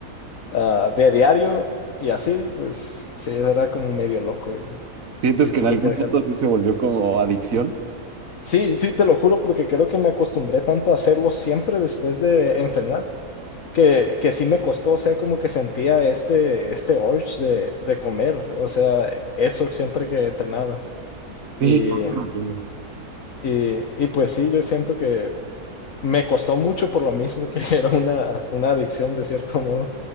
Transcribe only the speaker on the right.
¿Sientes
que
en algún
punto sí se volvió como adicción?
Sí, <laughs> entiendo.